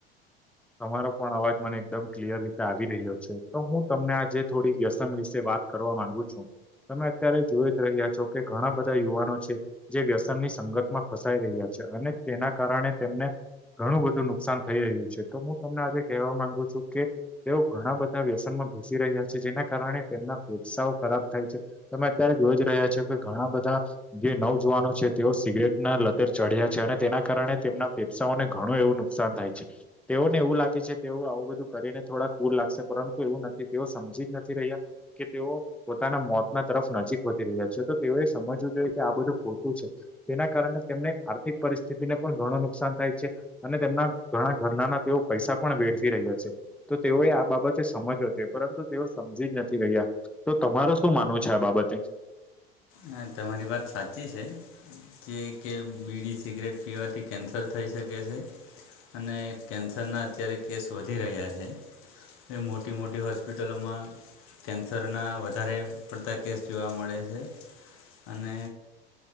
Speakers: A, in the centre; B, on the left.
A: તમારો પણ અવાજ મને એકદમ ક્લિયર રીતે આવી રહ્યો છે તો હું તમને આજે થોડી વ્યસન વિશે વાત કરવા માગુ છુ, તમે અત્યારે જોઈ જ રહ્યા છો, કે ઘણા બધા યુવાનો છે. જે વ્યસનની સંગતમાં ફસાઈ રહ્યા છે અને તેના કારણે તેમને ઘણું બધું નુકસાન થઈ રહ્યું છે, તો હુ તમને આજે કહેવા માંગુ છુ, કે તેઓ ઘણા બધા વ્યસન માં ઘુસી રહ્યા છે જેના કારણે તેમના ફેફસાઓ ખરાબ થાય છે. તમે અત્યારે જોઈ જ રહ્યા છો કે ઘણા બધા જે નવ જુવાનો છે તેઓ સિગરેટ ના લતે ચઢ્યા છે અને તેના કારણે તેમના ફેફસાંઓને ઘણું એવું નુકસાન થાય છે. તેઓને એવું લાગે છે, તેઓ આવું બધું કરીને થોડાક કુલ લાગશે પરંતુ એવુ નથી તેઓ સમજી જ નથી રહ્યા કે તેઓ પોતાના મોતના તરફ નજીક વધી રહ્યા છે તો તેઓએ સમજવું જોઈએ કે આ બધું ખોટું છે. તેના કારણે તેમને આર્થિક પરિસ્થિતિને પણ ઘણું નુકસાન થાય છે, અને તેમના ઘણા ઘરનાના તેઓ પૈસા પણ વેળફી રહ્યા છે. તો તેઓએ આ બાબતે સમજ્યો છે પરંતુ તેઓ સમજી જ નથી રહ્યા તો તમારુ શું માનવુ છે, આ બાબતે
B: હા તમારી વાત સાચી છે. જે કે બીડી, સિગરેટ પીવાથી કેન્સર થઈ શકે છે. અને કેન્સરના અત્યારે કેસ વધી રહ્યા છે. એ મોટી મોટી હોસ્પિટલોમા કેન્સરના વધારે પડતા કેસ જોવા મળે છે. અને